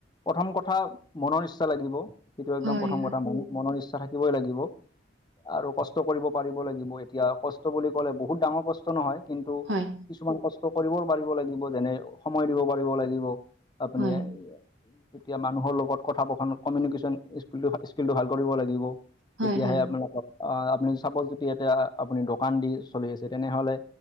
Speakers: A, on the left; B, on the right.
A: প্ৰথম কথা মনৰ ইচ্ছা লাগিব সেইটো একদম
B: হয়
A: প্ৰথম কথা মনৰ ইচ্ছা থাকিবই লাগিব। আৰু কষ্ট কৰিব পাৰিব লাগিব এতিয়া কষ্ট বুলি ক'লে বহুত ডাঙৰ কষ্ট নহয়। কিন্তু
B: হয়
A: কিছুমান কষ্ট কৰিবও পাৰিব লাগিব যেনে সময় দিব পাৰিব লাগিব। আপুনিয়ে
B: হয়
A: এইয়া এতিয়া মানুহৰ লগত কথা <unintelligible> কমিউনিকেশ্যন স্কিল-স্কিলটো ভাল কৰিব লাগিব।
B: হয়
A: তেতিয়াহে
B: হয় হয়
A: আপোনালোকক, আহ আপুনি চাপ'জ যদি এতিয়া আপুনি দোকান দি চলি আছে তেনেহ'লে